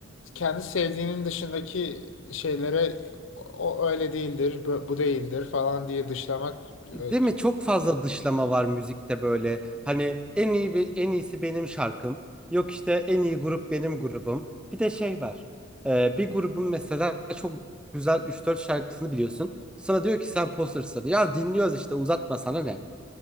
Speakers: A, on the left; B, in the centre.
A: kendi sevdiğinin dışındaki şeylere o o öyle değildir, bu bu değildir falan diye dışlamak e,
B: Değil mi? Çok fazla dışlama var müzikte böyle. Hani en iyi bir- en iyisi benim şarkım. Yok işte en iyi grup benim grubum. Bir de şey var. Ee, bir grubun mesela çok güzel üç dört şarkısını biliyorsun. Sana diyor ki sen poser'sın. Ya dinliyoruz işte uzatma sana ne?